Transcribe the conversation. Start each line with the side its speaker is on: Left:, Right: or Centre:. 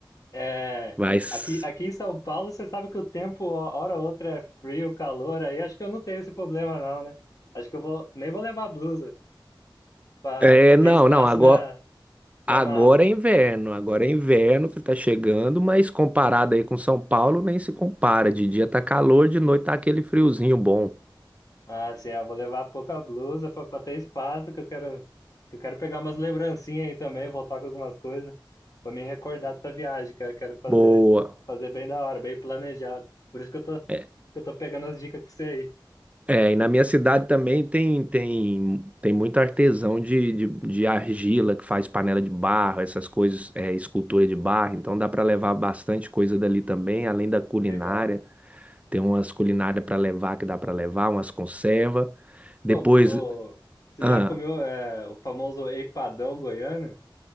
Left: É,
Right: mas.
Left: aqui, aqui em São Paulo, você sabe que o tempo, ó, hora ou outra, é frio, calor, aí acho que eu não tenho esse problema, não, né? Acho que eu vou, nem vou levar blusa. pra
Right: É, não,
Left: ter espaço
Right: não, agora,
Left: na, na
Right: agora
Left: mala.
Right: é inverno, agora é inverno que tá chegando, mas comparado aí com São Paulo, nem se compara. De dia tá calor, de noite tá aquele friozinho bom.
Left: Ah, assim, eu vou levar pouca blusa pra, pra ter espaço, que eu quero, que eu quero pegar umas lembrancinhas aí também, voltar com algumas coisas, pra me recordar dessa viagem, que eu quero fazer,
Right: Boa.
Left: fazer bem da hora, bem planejado. Por isso que eu tô, que
Right: É,
Left: eu tô pegando as dicas com você aí.
Right: é, e na minha cidade também tem tem, tem muito artesão de, de, de argila que faz panela de barro, essas coisas, é, escultura de barro. Então dá para levar bastante coisa dali também, além da culinária.
Left: Legal.
Right: Tem umas culinárias para levar que dá para levar, umas conserva. Depois,
Left: Ô, ô, você
Right: ah,
Left: já comeu é, o famoso empadão goiano?